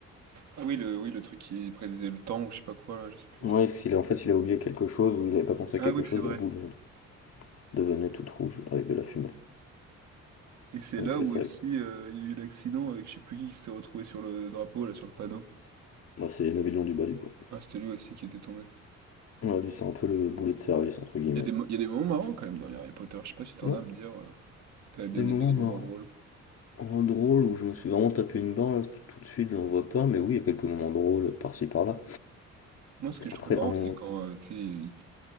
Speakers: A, on the right (about 65°); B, on the left (about 50°).
A: Ah oui, le, oui, le truc qui prédisait le temps ou je sais pas quoi, là, je sais plus.
B: Ouais,
A: c'était-
B: parce qu'il a, en fait, il a oublié quelque chose ou il n'avait pas pensé à
A: Ah
B: quelque
A: oui,
B: chose,
A: c'est vrai.
B: la boule euh, devenait toute rouge avec de la fumée.
A: Et c'est
B: Donc
A: là
B: c'est
A: où
B: ça.
A: aussi euh, il y a eu l'accident avec je sais plus qui qui s'était retrouvé sur le drapeau, là, sur le panneau.
B: Bah, c'est Neville londubat du coup.
A: Ah, c'était lui aussi qui était tombé.
B: Ouais, lui, c'est un peu le boulet de service, entre guillemets.
A: Il y a des, mo-
B: quoi.
A: il y a des moments marrants quand même dans les Harry Potter. Je sais pas si t'en
B: Ouais.
A: as à me dire euh, que t'avais bien
B: Des moments
A: aimé les moments
B: marrants.
A: drôles.
B: euh, drôles où je me suis vraiment tapé une barre là, tout, tout de suite, j'en vois pas, mais oui, il y a quelques moments drôles par-ci par-là.
A: Moi, ce que je
B: Après,
A: trouve marrant,
B: un moment
A: c'est quand euh, tu sais, il-